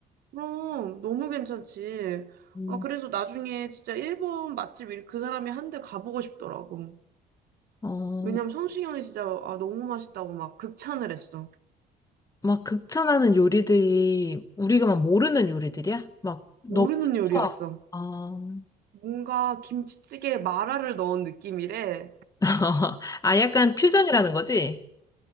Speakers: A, on the right; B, on the left.
A: 그럼 너무 괜찮지.
B: 음.
A: 아, 그래서 나중에 진짜 일본 맛집 일- 그 사람이 한 대 가보고 싶더라고.
B: 어.
A: 왜냐면 성시경이 진짜 아, 너무 맛있다고 막 극찬을 했어.
B: 막 극찬하는 요리들이 우리가 막 모르는 요리들이야? 막 너무
A: 모르는
B: 쉽다.
A: 요리였어.
B: 아,
A: 뭔가 김치찌개에 마라를 넣은 느낌이래.
B: <laughs> 아 약간 퓨전이라는 거지?